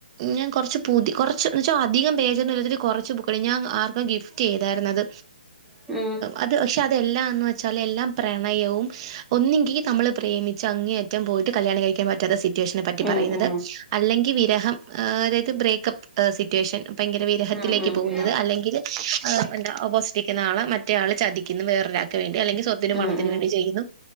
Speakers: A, on the right (about 30°); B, in the centre.
A: ഞാൻ കുറച്ച് പുതി കുറച്ച് എന്ന വെച്ചാ അധികം പേജൊന്നുമില്ലാത്ത ഒരു കുറച്ച് ബുക്ക്‌ ആർക്കോ ഗിഫ്റ്റ് ചെയ്തായിരുന്നത്
B: ഉം
A: അത് പക്ഷെ അതെല്ലാന്ന് വെച്ചാൽ എല്ലാം പ്രണയവും ഒന്നെങ്കി നമ്മള് പ്രേമിച്ച് അങ്ങേയറ്റം പോയിട്ട് കല്യാണം കഴിക്കാൻ പറ്റാത്ത സിറ്റുവേഷനെ പറ്റി
B: ഉം
A: പറയുന്നത്
B: ഉം
A: ല്ലെങ്കിൽ വിരഹം തായത് ബ്രേക്കപ്പ് സിറ്റേഷൻ ഭയങ്കര വിരഹത്തിലേക്ക്
B: ഉം ഉം
A: പോകുന്നത്
B: ഉം
A: അല്ലെങ്കിൽ ആ എന്ത ഓപ്പോസിറ്റിക്കുന്ന ആള് മറ്റേ ആള് ചതിക്കുന്നു വേറൊരാക്ക് വേണ്ടി അല്ലെങ്കിൽ സ്വത്തിനും
B: ഉം
A: പണത്തിനും
B: ഉം
A: വേണ്ടി ചെയ്യുന്നു